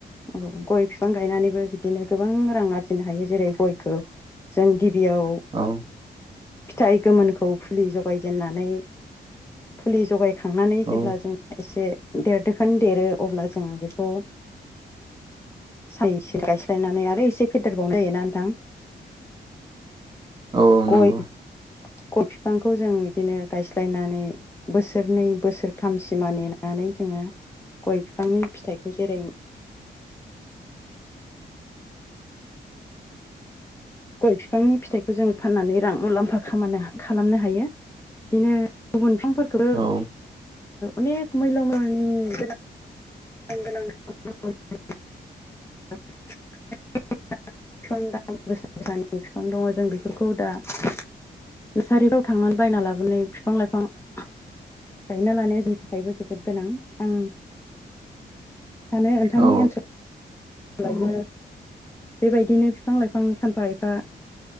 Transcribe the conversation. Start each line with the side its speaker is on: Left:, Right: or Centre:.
Left: औ गय बिफां गायनानैबो बिदिनो गोबां रां आरजिनो हायो जेरै गयखौ जों ग बेयाव
Right: औ
Left: फिथाइ गोमोनखौ फुलि जगायजेननानै फुलि जगाय खांनानै
Right: औ
Left: जेब्ला जों एसे देरदोखोन देरो अब्ला जों बेखौ सायस गायस्लायनानै आरो एसे फेदेरबावनाय जायोना नोंथां।
Right: औ नंगौ
Left: गय
Right: <inaudible> <unintelligible>
Left: ग'य बिफांखौ जों बिदिनो गायस्लायनानै बोसोरनै बोसोरथामसिमा नेनानै जोंङ
Right: <inaudible> <unintelligible>
Left: गय बिफांनि फिथाइखौ जेरै
Right: <inaudible> <unintelligible>
Left: गय बिफांनि फिथाइखौ जों फाननानै रां मुलाम्फा खाम खालामनो हायो। बिदिनो गुबुन बिफांफोरखौबो
Right: औ
Left: अनेक मैल'मैल'मानि गोनां गां
Right: <inaudible> <unintelligible>
Left: <inaudible> फानि बिफां दङ जों बेफोरखौ दा नसारिफ्राव थांनानै बायना लाबोनाय बिफां लाइफां गायना लानाया जोंनि थाखायबो जोबोद गोनां आं सानो नोंथांनि
Right: औ
Left: ओनसोलावबो बेबायदिनो बिफां लाइफां सानफा एफा